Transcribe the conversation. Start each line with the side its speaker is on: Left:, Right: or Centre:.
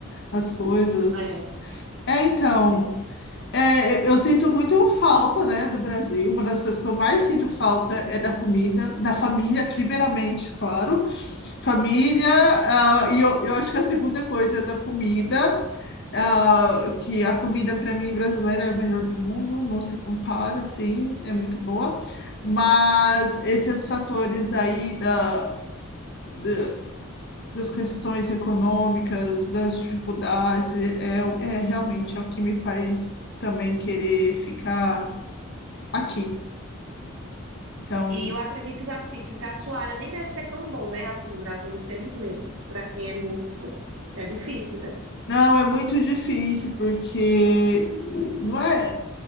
Left: as coisas.
Right: É,
Left: É, então,
Right: é.
Left: é, é, eu sinto muito falta, né, do Brasil. Uma das coisas que eu mais sinto falta é da comida, da família, primeiramente, claro família, ah, e eu, eu acho que a segunda coisa é da comida, ah, que a comida para mim brasileira é a melhor do mundo, não se compara, assim, é muito boa, mas esses fatores aí da, da- das questões econômicas, das dificuldades, é, é é realmente é o que me faz também querer ficar aqui. Então,
Right: E eu acredito assim, que para sua área nem deve ser tão bom, né, aqui no Brasil, infelizmente. Para quem é músico, é difícil, né?
Left: não, é muito difícil, porque o- não é.